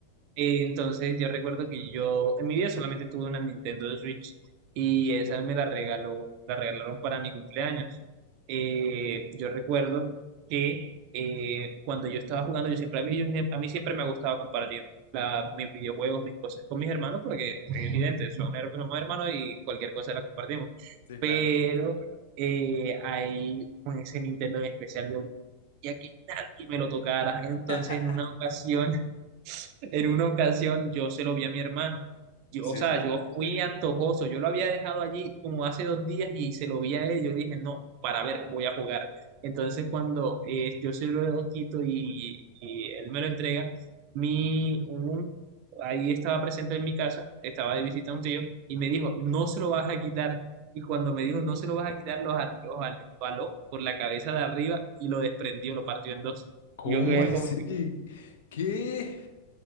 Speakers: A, on the right; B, on the left.
A: eh, entonces yo recuerdo que yo en mi vida solamente tuve una Nintendo Switch y esa me la regaló, la regalaron para mi cumpleaños. eh, yo recuerdo que eh, cuando yo estaba jugando, yo siempre, a mí, yo siem- a mí siempre me ha gustado compartir la- mis videojuegos, mis cosas con mis hermanos, porque es evidente, son, her- somos hermanos y cualquier cosa la compartimos.
B: Sí,
A: Pero
B: claro.
A: eh, hay un ese Nintendo en especial, yo ya que nadie me lo tocara. Entonces,
B: <laughs>
A: en una ocasión, en una ocasión yo se lo vi a mi hermano. Yo,
B: Sí,
A: o sea,
B: sí, sí.
A: yo fui antojoso. Yo lo había dejado allí como hace dos días y se lo vi a él. Yo dije, no, para ver, voy a jugar. Entonces cuando eh, yo se lo quito y, y él me lo entrega, mi, un- ahí estaba presente en mi casa, estaba de visita a un tío y me dijo, no se lo vas a quitar. Y cuando
B: Mm,
A: me dijo, no se lo vas a quitar, los arregló, jaló por la cabeza de arriba y lo desprendió, lo partió en dos.
B: ¿Cómo
A: Yo quedé
B: así?
A: como
B: ¿Qué?